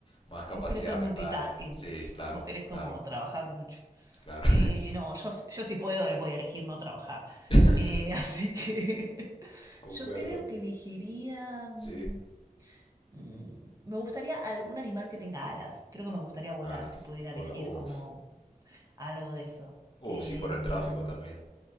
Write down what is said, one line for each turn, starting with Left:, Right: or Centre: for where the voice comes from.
Left: más capacidad
Right: Vos querés ser multitasking.
Left: mental. Sí, claro,
Right: Vos querés como
Left: claro,
Right: trabajar mucho.
Left: claro.
Right: Eh, no, yo, yo sí puedo, eh, voy a elegir no trabajar.
Left: <laughs>
Right: Eh, <laughs> así que <laughs>
Left: Concuerdo,
Right: yo creo que elegiría... mm,
Left: sí.
Right: mm, me gustaría algún animal que tenga alas. Creo que me gustaría volar
Left: Alas.
Right: si pudiera elegir
Left: Bola, uf.
Right: como Algo de eso.
Left: Uf,
Right: Em,
Left: sí, por el tráfico también.